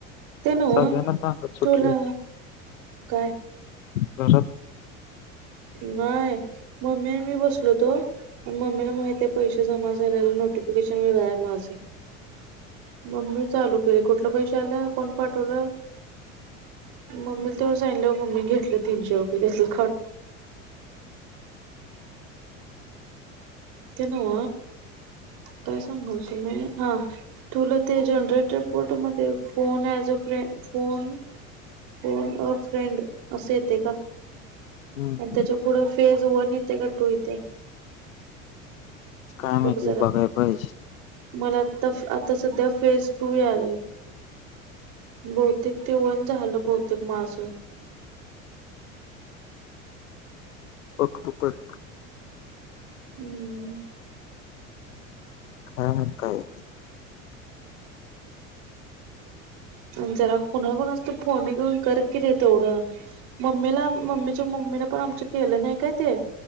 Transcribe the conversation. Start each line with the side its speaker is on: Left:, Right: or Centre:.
Right: ते ना वह
Left: सगळ्यांना सांगत सुटले
Right: तुला काय?
Left: परत
Right: नाय मम्मी आणि मी बसलो होतो. पण मम्मीला माहित आहे पैसे जमा झालेले नोटिफिकेशन वेगळं आहे माझं. मम्मी मी चालू केले कुठलं पैसे आलं कोण पाठवलं? मम्मीला तेवढ सांगितलं मम्मी घेतलं तीनशे रुपये त्यातलं काडून ते नाव काय सांग? हा तुला ते जनरेटपोर्ट मध्ये फोन अज friend phone phone off friend असे येते का?
Left: हम्म
Right: आणि त्याच्या पुढं फेज वन येते का टू येते?
Left: काय
Right: बघ
Left: माहिती
Right: जरा
Left: बघाय पाहिजे.
Right: मला आता आता सध्या फेज टू आले. बहुतेक ते वन झालं बहुतेक माझं.
Left: बघा तू कर.
Right: हम्म.
Left: काय मग काय?
Right: आणि जरा कुणाकुणाच तर फोन घेऊन कर की रे तेवढं. मम्मीला मम्मीच्या मम्मीला पण आमचं केलं नाय काय ते